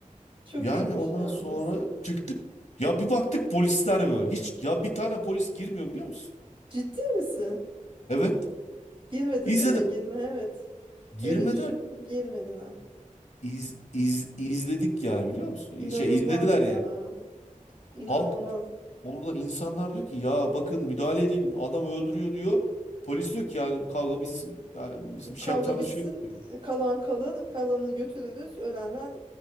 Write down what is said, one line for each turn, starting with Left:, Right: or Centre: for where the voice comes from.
Right: çok
Left: Yani
Right: iyiymiş
Left: ondan
Right: yalnız.
Left: sonra çıktık. Ya bir baktık polisler böyle. Hiç ya bir tane polis girmiyor biliyor musun?
Right: Ciddi misin?
Left: Evet.
Right: Girmedi
Left: İzledim.
Right: değil mi? Girme evet.
Left: Girmediler.
Right: Öyle bir şey girmedi ha.
Left: iz, iz, izledik yani biliyor musun?
Right: İnanılmaz
Left: Şey izlediler
Right: ya.
Left: yani.
Right: İnanılmaz.
Left: Halk orada insanlar diyor ki ya bakın müdahale edin adam öldürüyor diyor. Polis diyor ki yani kavga bitsin. Yani biz bir şey
Right: Kavga
Left: yapacağımız
Right: bitsin,
Left: şey yok diyor.
Right: kalan kalır, kalanı götürürüz. Ölenler